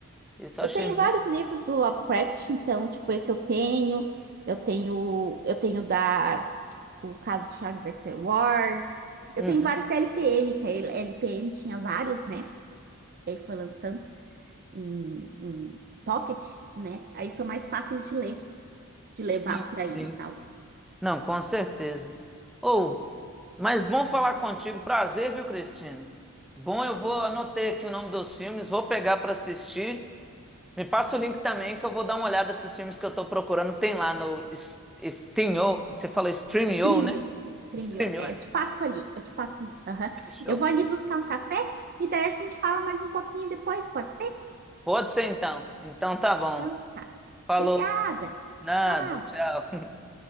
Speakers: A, in the centre; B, on the right.
A: Esse
B: Eu
A: eu achei
B: tenho
A: muito.
B: vários livros do Lovecraft, então, tipo, esse eu tenho. Eu tenho, eu tenho da o caso do Charles Dexter Ward. Eu
A: Uhum.
B: tenho vários da LPM, que a LPM tinha vários, né? E aí foi lançando em, em Pocket, né? Aí são mais fáceis de ler, de levar
A: Sim,
B: por
A: sim.
B: aí e tal.
A: Não, com certeza. Ou, mas bom falar contigo. Prazer, viu, Cristina? Bom, eu vou anotei aqui o nome dos filmes, vou pegar para assistir. Me passa o link também que eu vou dar uma olhada nesses filmes que eu tô procurando. Tem lá no S- Steamio, você falou Streamio,
B: Streamio,
A: né?
B: streamio.
A: Streamio,
B: É,
A: é.
B: eu te passo ali, eu te passo ali. Aham.
A: Fechou.
B: Eu vou ali buscar um café e daí a gente fala mais um pouquinho depois, pode ser?
A: Pode ser então. Então tá bom.
B: Então, tá.
A: Falou.
B: Obrigada.
A: Nada,
B: Tchau.
A: tchau. <laughs>